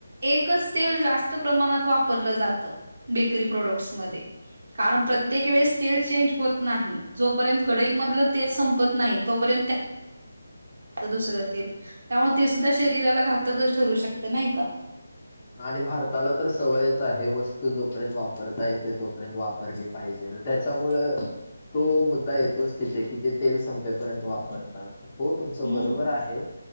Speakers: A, on the right (about 60°); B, on the left (about 25°).
A: एकच तेल जास्त प्रमाणात वापरल जात बेकरी प्रोडक्ट्समध्ये कारण प्रत्येक वेळेस तेल चेंज होत नाही जोपर्यंत कडई मधलं तेल संपत नाही तोपर्यंत दुसरं तेल त्यामुळे ते सुद्धा शरीराला घातकच ठरू शकत नाही का
B: आणि भारताला तर सवयच आहे वस्तू जोपर्यंत वापरता येते तोपर्यंत वापर वापरली पाहिजे त्याच्यामुळं तो मुद्दा येतोच तिथे कि ते तेल संपेपर्यंत वापरतात हो तुमचं
A: हम्म
B: बरोबर आहे